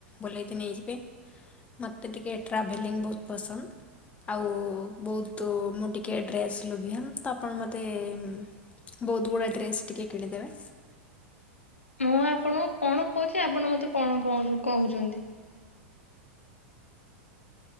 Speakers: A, on the left; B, on the left.
A: ବୁଲେଇତେ ନେଇଯିବେ। ମୋତେ ଟିକେ ଟ୍ରାଭେଲିଂ ବହୁତ ପସନ୍ଦ ଆଉ ବହୁତ ମୁଁ ଟିକିଏ ଡ୍ରେସ୍ ଲୋଭି ହେଲା ତ ଆପଣ ମୋତେ ବହୁତ ଗୁଡ଼ାଏ ଡ୍ରେସ୍ ଟିିକେ କିଣିଦେବେ
B: ମୁଁ ଆପଣଙ୍କୁ କଣ କହୁଛି ଆପଣ ମତେ କଣ କହୁ କହୁଛନ୍ତି।